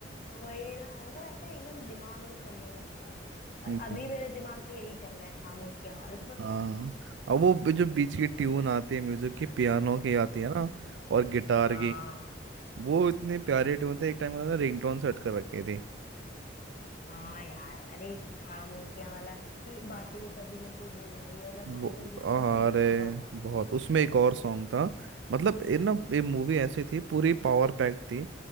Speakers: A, on the left; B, on the right.
A: वही ना मतलब ऐसे एकदम दिमाग में चलने लगता है और
B: नहीं चले
A: अभी मेरे दिमाग में यही चल रहा है खामोशियां वाला
B: हाँ
A: <laughs>
B: और वो भी जो बीच की ट्यून आती है म्यूजिक की पियानो की
A: अरे
B: आती है ना और गिटार
A: हाँ
B: की वो इतनी प्यारी ट्यून थी एक टाइम उन्होंने रिंगटोन सेट कर रखी थी
A: हाँ यार अरे खामोशियां वाला ये बातें ये कभी ना तू बोलना ये वाला
B: वो
A: सॉन्ग तो कितना
B: अरे
A: फेमस हुआ था
B: बहुत उसमें एक और सॉन्ग था मतलब ये ना ये मूवी ऐसी थी पूरी पावर पैक्ड थी